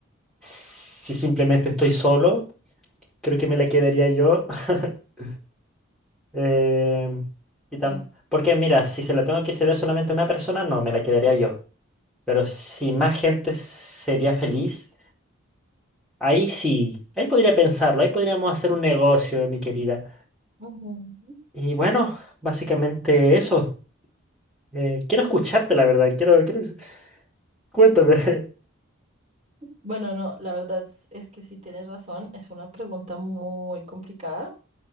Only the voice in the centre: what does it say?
si simplemente estoy solo, creo que me la quedaría yo. <laughs> Em, y tam-
porque mira, si se la tengo que ceder solamente a una persona, no, me la quedaría yo. Pero si más gente sería feliz, ahí sí, ahí podría pensarlo, ahí podríamos hacer un negocio, mi querida.
Y bueno, básicamente eso. Eh, quiero escucharte, la verdad. Quiero, quiero... Cuéntame.